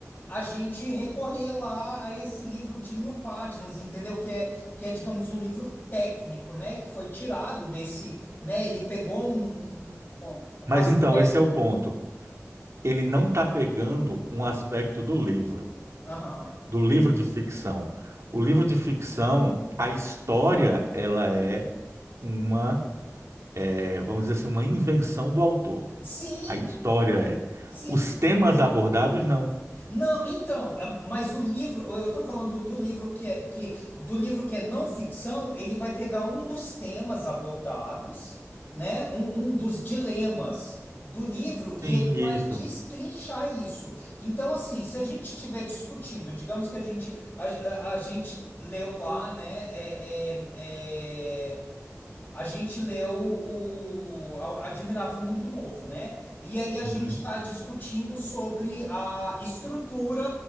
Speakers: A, on the left (about 35°); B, on the right (about 70°).
A: a gente recorrer lá a esse livro de mil páginas, entendeu? Que é, que é, digamos, um livro técnico, né, que foi tirado desse, né, ele pegou um, um, um um
B: Mas
A: aspecto.
B: então, esse é o ponto. ele não está pegando um aspecto do livro,
A: Aham.
B: do livro de ficção. O livro de ficção, a história, ela é uma, é, vamos dizer assim, uma invenção do autor.
A: Sim,
B: A história é.
A: sim.
B: Os temas abordados, não.
A: Não, então, é, mas o livro, eu estou falando do livro que é, que, do livro que é não ficção, ele vai pegar um dos temas abordados, né? Um, um dos dilemas do livro e
B: Sim,
A: ele
B: isso.
A: vai destrinchar isso. Então, assim, se a gente estiver discutindo, digamos que a gente a, a- a gente leu lá, né? é, é, é, a gente leu o a- Admirável Mundo Novo, né? E aí a gente
B: Uhum.
A: está discutindo sobre a estrutura,